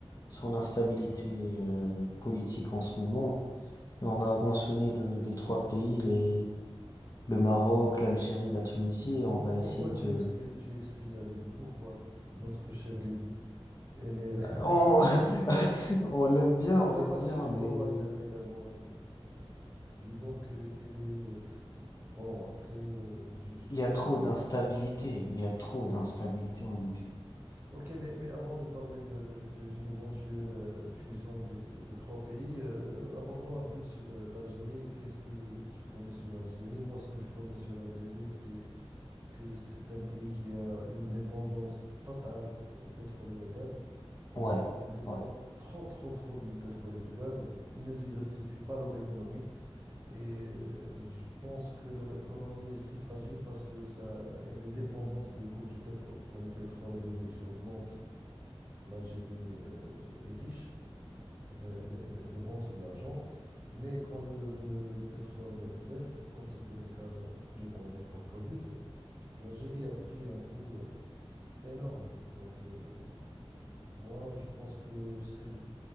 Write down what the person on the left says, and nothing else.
son instabilité euh, politique en ce moment. Et on va mentionner le- les trois pays, les, le Maroc, l'Algérie, la Tunisie,
et on va
essayer
de...
euh,
On, <laughs> on l'aime bien,
on l'aime
bien,
mais
il
y a trop d'instabilité, il y a trop d'instabilité en Libye.
Ouais,
ouais.